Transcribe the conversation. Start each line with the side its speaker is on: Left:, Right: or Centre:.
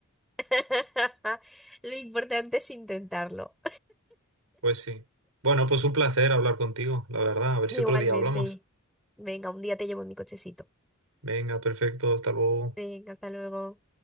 Centre: <laughs> Lo importante es intentarlo.
Right: Pues sí. Bueno, pues un placer hablar contigo, la verdad.
Centre: <laughs>
Right: A ver
Centre: Igualmente.
Right: si otro día hablamos.
Centre: Venga, un día te llevo en mi cochecito.
Right: Venga, perfecto, hasta luego.
Centre: Venga, hasta luego.